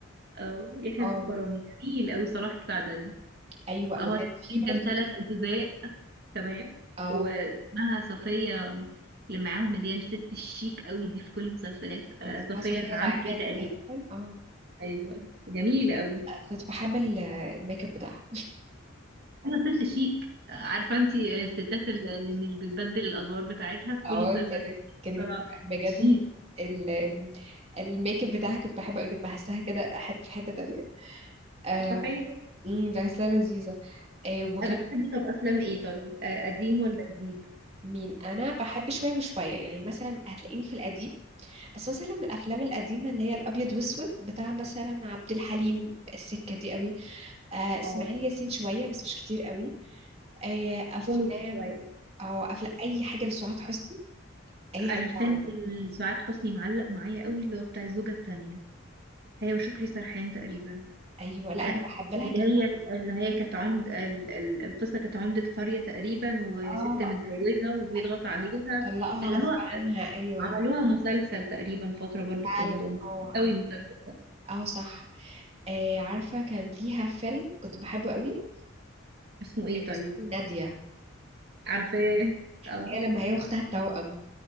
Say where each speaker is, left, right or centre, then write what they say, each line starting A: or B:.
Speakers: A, on the right; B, on the right.
A: أو يحيى
B: اه
A: الفخراني تقيل أوي صراحة سعدني
B: ايوه
A: أهو
B: وكان
A: تقريباً
B: في برضو
A: كان ثلاث أجزاء تمام
B: اه
A: واسمها صفية اللي معاهم اللي هي الست الشيك أوي دي في كل المسلسلات
B: كان
A: آه،
B: اسمها
A: صفية
B: صفية
A: العمري
B: العماري
A: تقريبا
B: تقريبا اه
A: أيوة جميلة أوي
B: كنت بحب ال- الميك اب بتاعها
A: أنا ست شيك آه، عارفة أنتي الستات اللي اللي مش بتبدل الأدوار بتاعتها
B: <laughs>
A: في كل
B: اه
A: المسلسلات
B: كانت كانت
A: طلع
B: بجد
A: شيك
B: ال- الميك اب بتاعها كنت بحبه قوي كنت بحسها كده حته في حته تانية آم،
A: صحيح
B: مم، ده غسالة لذيذة آه، وكان
A: آه، بتحبي طب أفلام إيه طيب آه، قديم ولا جديد؟
B: مين انا بحب شويه وشويه يعني مثلا هتلاقيني في القديم بس مثلا من الافلام القديمه اللي هي الابيض واسود بتاع مثلا عبد الحليم السكه دي قوي آه اسماعيل
A: اه
B: ياسين شويه بس مش كتير قوي آه افلام
A: كوميدي شوية
B: او افلام اي حاجه لسعاد حسني اي
A: انا
B: حاجه
A: فيلم
B: فعلا
A: سعاد حسني معلق معايا قوي اللي هو بتاع الزوجة التانية هي وشكري سرحان تقريبا
B: ايوه لا
A: آه،
B: انا بحب لها
A: اللي
B: كانت
A: هي اللي هي كانت عمد ال- ال- القصة كانت عمدة قرية تقريبا وست
B: اه
A: متجوزة وبيضغط
B: ايوه
A: عليها
B: أنا بطلقها
A: اللي
B: غصب
A: هو
B: عنها ايوه
A: عملوها مسلسل تقريبا فترة برضو
B: فعلا
A: في رمضان
B: اه
A: قوي
B: اه
A: المسلسل ده
B: آه، صح آه عارفة كان ليها فيلم كنت بحبه قوي
A: اسمه ايه
B: كان
A: طيب
B: اسمه نادية
A: عارفاه اه
B: هي لما هي واختها التوأم